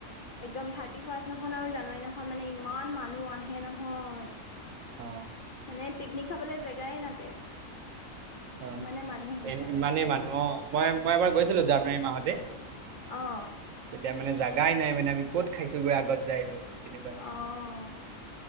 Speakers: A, on the left (about 55°); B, on the right (about 75°).
A: একদম থাৰ্টি ফাৰ্ষ্ট দিনাখন আৰু জানুৱাৰীৰ দিনাখন মানে ইমান মানুহ আহে নহয়!
B: অঁ।
A: মানে পিকনিক খাবলে জেগাই নাতে।
B: অ
A: ইমানে মানুহ হৈ যায়
B: ইমানেই
A: মানে
B: মানুহ অঁ, মই মই এবাৰ গৈছিলো জানুৱাৰী মাহতে।
A: অঁ।
B: তেতিয়া মানে জাগাই নাই মানে আমি ক'ত খাইছোগৈ আগত যায় লৈ। তেনেকুৱা নিচিনা।
A: অঁ